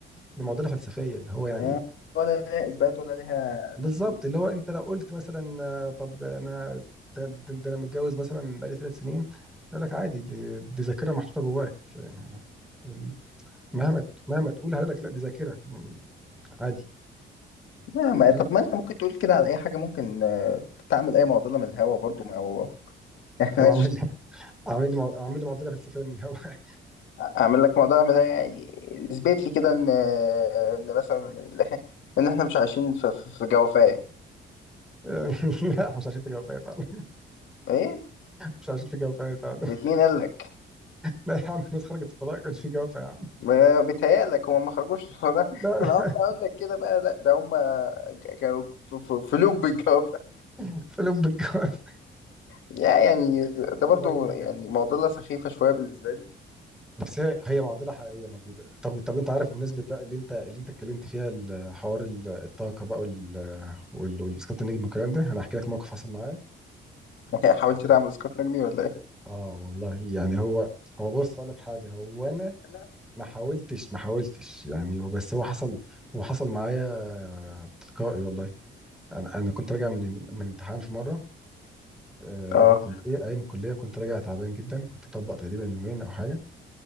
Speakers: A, in the centre; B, on the left.
A: دي معضله فلسفيه اللي هو يعني
B: يعني ولا ليها اثبات ولا ليها
A: بالظبط
B: تفسير
A: اللي هو انت لو قلت مثلا آه، طب انا ده, ده, ده انا متجوز مثلا بقالي ثلاث سنين يقول لك عادي دي, دي ذاكره محطوطه جواك يعني مهما مهما تقول هيقول لك لا دي ذاكره مم، عادي
B: لا ما
A: لا
B: طب ما انت ممكن تقول كده على اي حاجه ممكن آه، تعمل اي معضله من الهوا برضو ما هو <laughs> احنا
A: طب اعمل
B: مش-
A: لي اعمل لي مع- اعمل لي معضله فلسفيه من الهواء
B: اعمل لك معضله من الهوا يعني اثبت لي كده ان آه، ان مثلا ال- <laughs> ان احنا مش عايشين في في في جوافه
A: <laughs> لا مش عايشين في جوافه فعلا
B: ايه
A: مش عايشين في جوافه فعلا
B: بيت مين قال لك
A: لا يا عم الناس خرجت الفضاء كانش في جوافه يا عم
B: ما بيتهيألك هم ما خرجوش <laughs> من ده
A: لا
B: ما انا
A: لا
B: أقف اقول لك كده بقى لا ده هم ج- كانوا في في- في لوب <laughs> الجوافه
A: <laughs> في لب الجوافه
B: يا يعني ده
A: والله
B: برضو
A: ممكن
B: يعني معضله سخيفه شويه بالنسبه لي
A: بس هي هي معضله حقيقيه موجوده طب طب انت عارف بمناسبه بقى اللي انت اللي انت اتكلمت فيها ال- حوار ال- الطاقه بقى وال وال- والسكوت النجم والكلام ده انا هحكي لك موقف حصل معايا
B: <laughs> حاولت
A: <laughs>
B: تعمل اسقاط نجمي ولا ايه
A: اه والله يعني هو هو بص اقول لك حاجه هو انا
B: <laughs>
A: ما حاولتش ما حاولتش يعني هو بس هو حصل هو حصل معايا تلقائي والله انا انا كنت راجع من من امتحان في مره آه،
B: اه
A: ايام الكليه ايام الكليه كنت راجع تعبان جدا كنت مطبق تقريبا يومين او حاجه